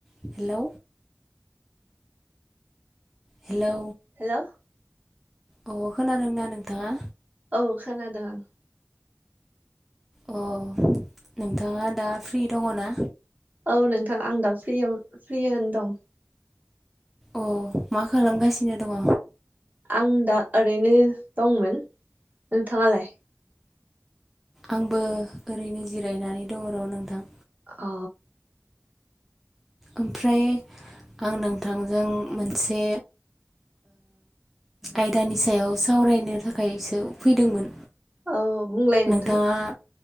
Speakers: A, in the centre; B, on the right.
A: Hello hello
B: hello
A: अ खोनादोंना नोंथाङा
B: औ खानादों
A: अ नोंथाङा दा फ्रि दङ ना
B: औ नोंथां आं दा फ्रि फ्रि आनो दं
A: अ मा खालामगासिनो दङ
B: आं दा ओरैनो दंमोन नोंथाङालाय
A: आंबो ओरैनो जिरायनानै दङ र' नोंथां
B: अ
A: ओमफ्राय आं नोंथांजों मोनसे आयदानि सायाव सावरायनो थाखायसो फैदोंमोन
B: औ बुंलाय नोंथां
A: नोंथाङा